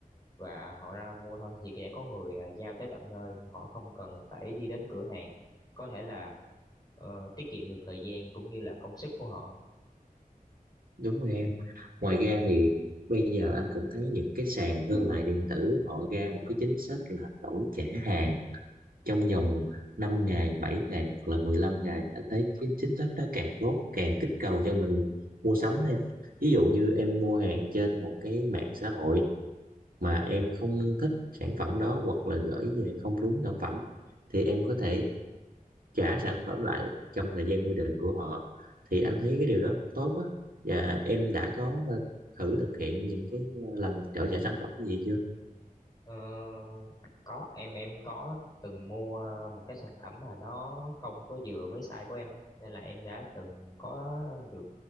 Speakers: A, on the left; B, on the right.
A: và họ ra mua thôi thì sẽ có người à, giao tới tận nơi mà họ không cần phải đi đến cửa hàng có thể là ờ, tiết kiệm được thời gian cũng như là công sức của họ
B: đúng rồi em ngoài ra thì bây giờ anh cũng thấy những cái sàn thương mại điện tử họ ra một cái chính sách là đổi trả hàng trong vòng năm ngày 7 ngày hoặc là mười lăm ngày anh thấy cái chính sách đó càng tốt càng kích cầu cho mình mua sắm thêm ví dụ như em mua hàng trên một cái mạng xã hội mà em không thích sản phẩm đó hoặc là gửi về không đúng sản phẩm thì em có thể trả sản phẩm lại trong thời gian quy định của họ thì anh thấy cái điều đó cũng tốt á và em đã có ờ, thử thực hiện những cái ờ, lần trợ trả sản phẩm gì chưa
A: Ờ, có em em có từng mua một cái sản phẩm mà nó không có vừa với size của em á nên là em đã từng có được